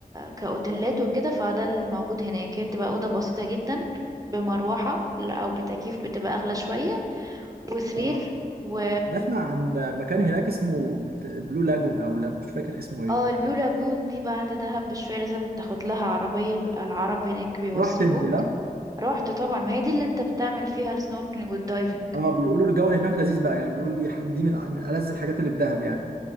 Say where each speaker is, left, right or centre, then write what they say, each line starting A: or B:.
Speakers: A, on the right (about 25°); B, on the right (about 80°).
A: كأوتيلات وكده فده الموجود هناك هي بتبقى أوضة بسيطة جدا بمروحة ل- أو بتكييف بتبقى أغلى شوية وسرير
B: اه
A: و
B: بسمع عن مكان هناك اسمه بلو لاجون او لا مش فاكر اسمه ايه
A: اه البلو لاجون دي بعد دهب بشوية لازم تاخد لها عربية بيبقى العرب هناك بيوصلوك
B: رحت انت ها
A: رحت طبعا ما هي دي اللي انت بتعمل فيها السنوركلينج والدايفنج
B: اه بيقولوا الجو اللي هناك لذيذ بقى يعني بيقولوا دي دي من من ألذ الحاجات اللي في دهب يعني